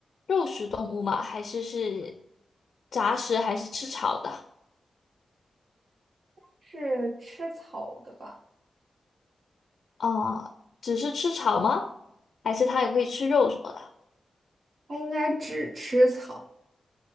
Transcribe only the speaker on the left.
肉食动物吗？还是是杂食，还是吃草的？
啊，只是吃草吗？还是它也会吃肉什么的？